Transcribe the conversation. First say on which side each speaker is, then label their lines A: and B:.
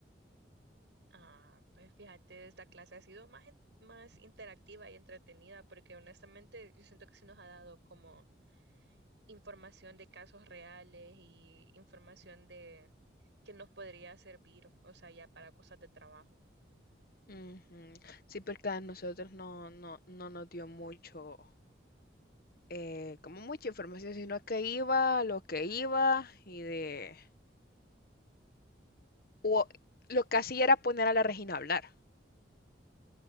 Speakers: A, on the right; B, on the left.
A: Ah, pues fíjate, esta clase ha sido más, en- más interactiva y entretenida, porque honestamente yo siento que sí nos ha dado como información de casos reales y información de que nos podría servir, o sea, ya para cosas de trabajo.
B: Ujú. Sí, porque a nosotros no, no, no nos dio mucho, eh, como mucha información, sino que iba lo que iba y de... O, lo que hacía era poner a la Regina a hablar.